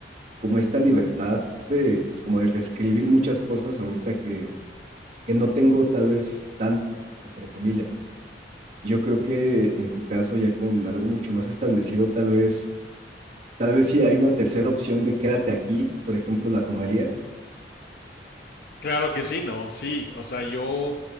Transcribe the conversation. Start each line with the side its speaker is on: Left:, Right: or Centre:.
Right: como esta libertad de, pues como de reescribir muchas cosas ahorita que, que no tengo tal vez tanto, entre comillas. Yo creo que en tu caso, ya con algo mucho más establecido, tal vez, tal vez si hay una tercera opción de quédate aquí, por ejemplo, ¿la tomarías?
Left: Claro que sí, no, sí. O sea, yo